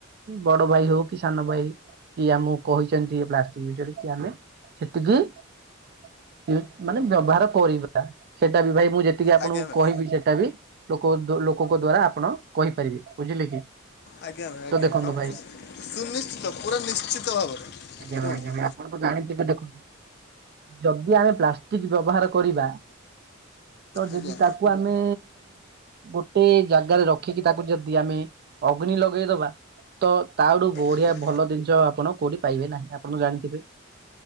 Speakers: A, on the right; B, on the left.
A: ବଡ ଭାଇ ହଉ କି ସାନ ଭାଇ କି ଆମକୁ କହିଛନ୍ତି ଏ ପ୍ଲାଷ୍ଟିକ ବିଷୟରେ କି ଆମେ ସେତିକି ମାନେ ବ୍ୟବହାର କରିବା ସେଟା ବି ଭାଇ ମୁଁ ଯେ ଯେତିକି ଆପଣଙ୍କୁ
B: ଆଜ୍ଞା ଭାଇ
A: କହିବି ସେଟା ବି ଲୋକ ଦୋ ଲୋକଙ୍କ ଦ୍ଵାରା ଆପଣ କହିପାରିବେ ବୁଝିଲେ କି?
B: ଆଜ୍ଞା ଭାଇ ଆଜ୍ଞା
A: ତ ଦେଖନ୍ତୁ
B: ହଁ
A: ଭାଇ
B: ପୁ ସୁନିଶ୍ଚିତ ପୁରା ନିଶ୍ଚିତ ଭାବରେ କୁହନ୍ତୁ।
A: ଆଜ୍ଞା ଭାଇ ଆଜ୍ଞା ଭାଇ ଆପଣ ତ ଜାଣିଥିବେ ଦେଖନ୍ତୁ ଯଦି ଆମେ ପ୍ଲାଷ୍ଟିକ ବ୍ୟବହାର କରିବା ତ ଯଦି
B: ଆଜ୍ଞା ଆଜ୍ଞା
A: ତାକୁ ଆମେ ଗୋଟେ ଜାଗାରେ ରଖିକି, ତାକୁ ଯଦି ଆମେ ଅଗ୍ନି ଲଗେଇଦବା। ତ ତାଠୁ ବଢିଆ
B: ଆଜ୍ଞା
A: ଭଲ ଜିନିଷ ଆପଣ କୋଉଠି ପାଇବେ ନାହିଁ, ଆପଣ ଜାଣିଥିବେ।